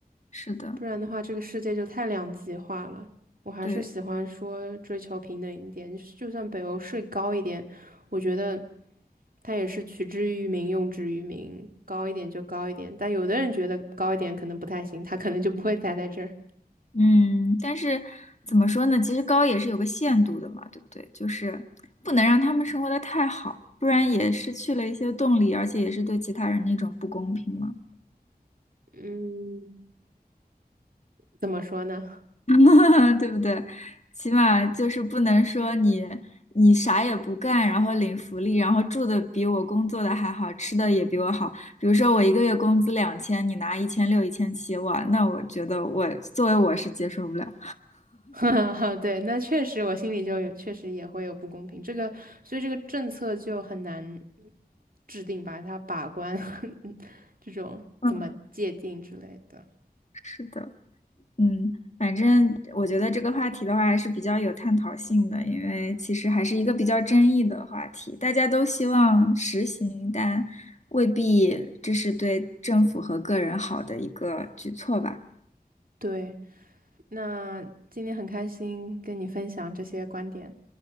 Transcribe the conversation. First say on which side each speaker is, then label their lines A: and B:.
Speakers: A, on the left; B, on the right.
A: 是的，
B: 不然的话，这个世界就太两极化了。我还是喜欢说追求平等一点，
A: 对，
B: 就算北欧税高一点，我觉得。他也是取之于民，用之于民，高一点就高一点。但有的人觉得高一点可能不太行，他可能就不会栽在这儿。
A: 嗯，但是怎么说呢？其实高也是有个限度的嘛，对不对？就是不能让他们生活的太好，不然也失去了一些动力，而且也是对其他人的一种不公平嘛，
B: 嗯，怎么说呢？
A: <laughs> 对不对？起码就是不能说你你啥也不干，然后领福利，然后住的比我工作的还好，吃的也比我好。比如说我一个月工资两千，你拿一千六、一千七，哇，那我觉得我作为我是接受不了。
B: <laughs> 对，那确实我心里就有，确实也会有不公平。这个，所以这个政策就很难制定把它把关 <laughs> 这种怎么界定之类的。
A: 嗯，是的。嗯，反正我觉得这个话题的话还是比较有探讨性的，因为其实还是一个比较争议的话题，大家都希望实行，但未必这是对政府和个人好的一个举措吧。
B: 对，那今天很开心跟你分享这些观点。